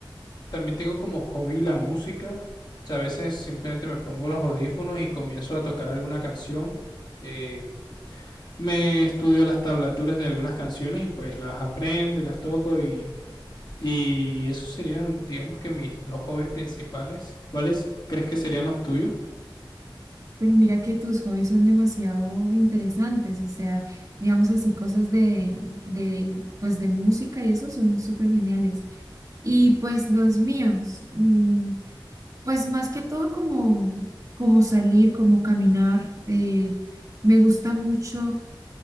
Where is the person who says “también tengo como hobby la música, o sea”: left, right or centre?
Left